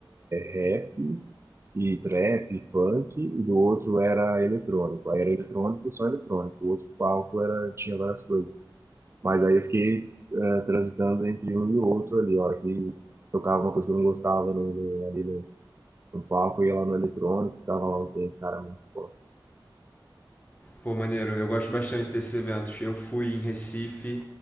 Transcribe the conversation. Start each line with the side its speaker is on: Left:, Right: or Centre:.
Right: rap e trap, e funk, e do outro era eletrônico. Aí era eletrônico, só eletrônico. O outro palco era, tinha várias coisas. Mas aí eu fiquei eh, transitando entre um e o outro ali. A hora que tocava uma coisa que eu não gostava no, no- ali no, no palco, eu ia lá no eletrônico, ficava lá um tempo, cara, muito bom.
Left: Pô, maneiro, eu gosto bastante desses eventos. Eu fui em Recife,